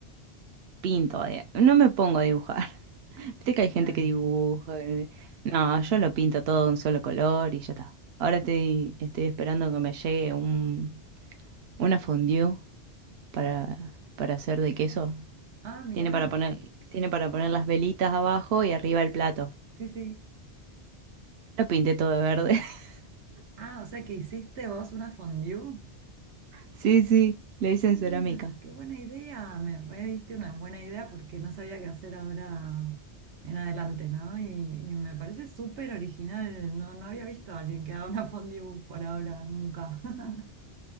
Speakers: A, on the right (about 70°); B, on the right (about 80°).
A: pinto. eh, No me pongo a dibujar. <laughs> Viste que hay gente
B: claro.
A: que dibuja. eh, No, yo lo pinto todo de un solo color y ya está. Ahora estoy, estoy esperando que me llegue un, una fondue para, para hacer de queso.
B: Ah, mirá.
A: Tiene para poner, tiene para poner las velitas abajo y arriba el plato.
B: Sí, sí.
A: Lo pinté todo de verde. <laughs>
B: Ah, o sea que hiciste vos una fondue.
A: Sí, sí, lo hice
B: Ah,
A: en cerámica.
B: qué buena idea. Me rediste una buena idea porque no sabía qué hacer ahora en adelante, ¿no? Y, y me parece súper original. No, no había visto a alguien que haga una fondue por ahora, nunca. <laughs>